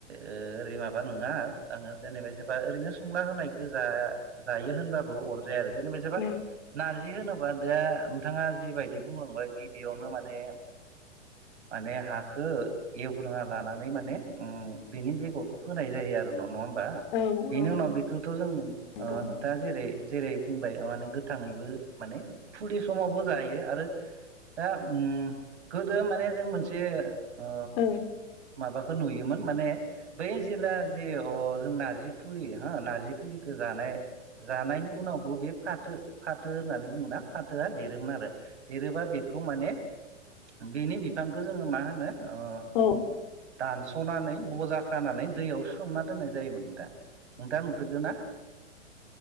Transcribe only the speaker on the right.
ओ ओरै माबा नङा आङो जेनेबा जेबा ओरैनो संना होनायखौ जा-जायो होनबाबो अरजाया आरो जेनेबाजिबा
नारजि होनो बा दा नोंथाङा जिबायदि बुंलांबाय गिबियावनो माने माने हाखौ एव फुदुंना लानानै माने ओम बेनि बेगरखौ फोनाय जायो आरो न' नङा होम बा
बेनि
उनाव बेखौथ' जों
ओ नोंथाङा जेरै जेरै बुंबाय माने गोथाङैबो माने फुलि समावबो जायो आरो दा उम गोदो माने जों मोनसे ओ
माबाखौ नुयोमोन माने बै जेब्ला जे अह जों नारजि फुलि हो नार्जि फुलिखौ जानाय जानायनि उनावबो बे फाथो फाथो होननानै बुङोना फाथोआ देरोमोन आरो देरोबा बेखौ माने बेनि बिफांखौ जोंङो मा होनो अह
दानसनानै बजा खानानै दैयाव सोमना दोननाय जायोमोन नोंथां नोंथाङा नुफेरदोंना